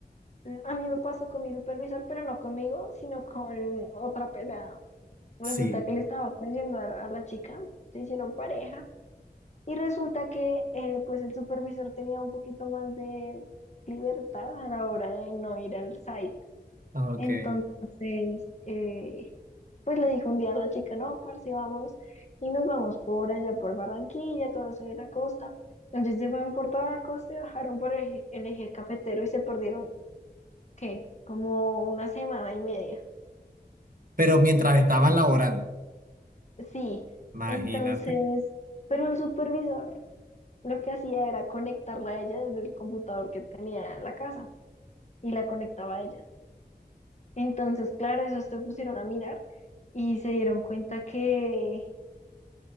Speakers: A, on the left; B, on the right.
A: a mí me pasó con mi supervisor, pero no conmigo, sino con otra pelada. Resulta
B: Sí.
A: que le estaba cayendo a, a la chica, se hicieron pareja y resulta que eh, pues el supervisor tenía un poquito más de libertad a la hora de no ir al site.
B: Ok.
A: Entonces, eh, pues le dijo un día a la chica, no, parce, vamos y nos vamos por allá por Barranquilla, todo eso de la costa. Entonces se fueron por toda la costa y bajaron por el, eje el eje cafetero y se perdieron, ¿qué? Como una semana y media.
B: pero mientras
A: Pero
B: estaban laborando,
A: Sí,
B: imagínate,
A: entonces, pero el supervisor lo que hacía era conectarla a ella desde el computador que tenía en la casa y la conectaba a ella. Entonces, claro, ellos se pusieron a mirar y se dieron cuenta que,